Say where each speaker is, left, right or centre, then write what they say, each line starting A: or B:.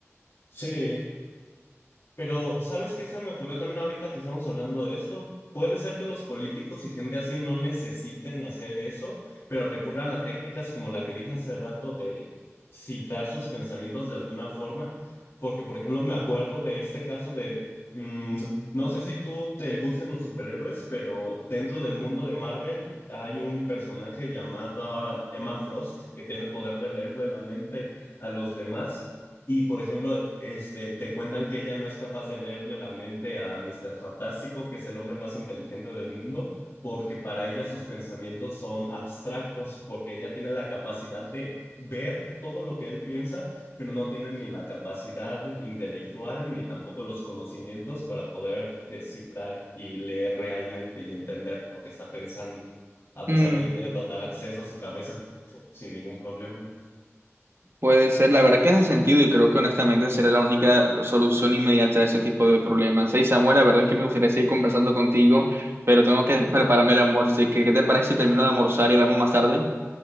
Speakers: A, on the left; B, on the right.
A: Sí, Pero, ¿sabes qué se me ocurrió también ahorita que estamos hablando de esto? Puede ser que los políticos y gente así no necesiten hacer eso, pero recurran a técnicas como la que dije hace rato de cifrar sus pensamientos de alguna forma, porque, por ejemplo, me acuerdo de este caso de, mm, no sé si tú te gusten los superhéroes, pero dentro del mundo de Marvel hay un personaje llamado Emma Frost que tiene el poder de leerle la mente a los demás. Y por ejemplo, este, te cuentan que ella no es capaz de leerle la mente a Mister Fantástico, que es el hombre más inteligente del mundo, porque para ella sus pensamientos son abstractos, porque ella tiene la capacidad de ver todo lo que él piensa, pero no tiene ni la capacidad intelectual ni tampoco los conocimientos para poder descifrar y leer realmente y entender lo que está pensando, a
B: Mm.
A: pesar de que tiene total acceso a su cabeza sin ningún problema.
B: Puede ser, la verdad que hace sentido y creo que honestamente será la única solución inmediata a ese tipo de problemas. Hey Samuel, la verdad es que me gustaría seguir conversando contigo, pero tengo que prepararme el almuerzo, así que ¿qué te parece si termino de almorzar y hablamos más tarde?